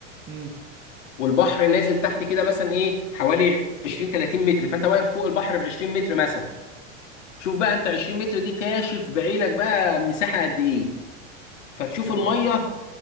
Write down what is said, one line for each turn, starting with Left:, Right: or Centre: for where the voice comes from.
Right: امم
Left: والبحر نازل تحت كده مثلا ايه حوالي 20 30 متر فانت واقف فوق البحر ب 20 متر مثلا شوف بقى انت 20 متر دي كاشف بعينك بقى مساحه قد ايه فتشوف
Right: حلوه
Left: الميه
Right: والله